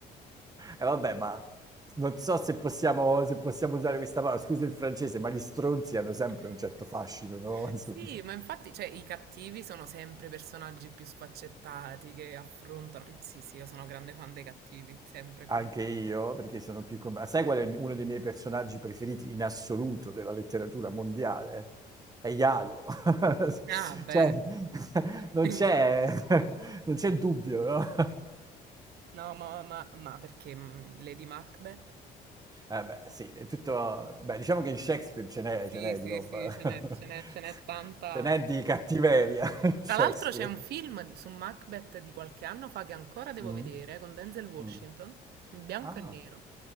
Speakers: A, on the right; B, on the right.
A: E vabbè, ma non so se possiamo, se possiamo usare questa parola, scusa il francese, ma gli stronzi hanno sempre
B: <laughs>
A: un certo fascino, no? <laughs> Insomma.
B: Sì, ma infatti, cioè, i cattivi sono sempre i personaggi più sfaccettati che affrontano. Sì, sì, io sono grande fan dei cattivi, sempre e comunque.
A: Anche io, perché sono più... com- Sai qual è il- uno dei miei personaggi preferiti in assoluto della letteratura mondiale? È Ialo. <laughs>
B: Ah, beh.
A: Cioè,
B: <laughs>
A: <laughs> non c'è, <laughs> non c'è dubbio, no?
B: No, ma, ma- ma perché mm, Lady Macbeth?
A: Eh beh, sì, è tutto... Beh, diciamo che in Shakespeare ce n'è,
B: Sì,
A: ce n'è
B: sì,
A: di roba.
B: sì,
A: <laughs>
B: ce n'è ce n'è- ce n'è tanta
A: Ce
B: anche.
A: n'è di cattiveria <laughs> in
B: Tra
A: Shakespeare.
B: l'altro c'è un film di- su Macbeth di qualche anno fa che ancora devo
A: Mm,
B: vedere, con Denzel Washington,
A: mm.
B: in bianco
A: Ah,
B: e nero.